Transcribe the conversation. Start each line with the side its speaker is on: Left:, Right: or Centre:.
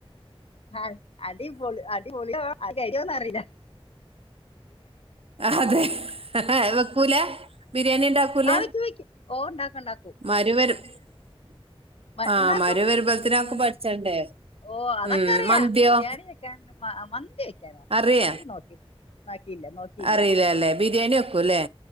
Left: അട് അടിപൊളി അടിപൊളി അടിക്കോന്നറിയില്ല
Right: അതെ വെക്കൂല ബിരിയാണി ഉണ്ടാക്കൂല
Left: ആ വെക്കും ഓ ഉണ്ടാക്കും ഉണ്ടാക്കും
Right: മരുവരും <inaudible>
Left: മ-
Right: ആഹ്
Left: ഉണ്ടാക്കും
Right: മാരോ വരുമ്പോളത്തിന് അതൊക്കെ
Left: ഉം.
Right: പഠിച്ചണ്ടേ
Left: ഓ അതൊക്കെ
Right: ഉം
Left: അറിയാ
Right: മന്തിയോ
Left: ബിരിയാണി വെക്കാൻ മ മന്തി വെക്കാൻ അറിയില്ല
Right: അറിയ
Left: മന്തി നോക്കിയിട്ടില്ല നോക്കിയില്ല നോക്കിയില്ല
Right: അറിയില്ലലേ. ബിരിയാണി വെക്കൂല്ലേ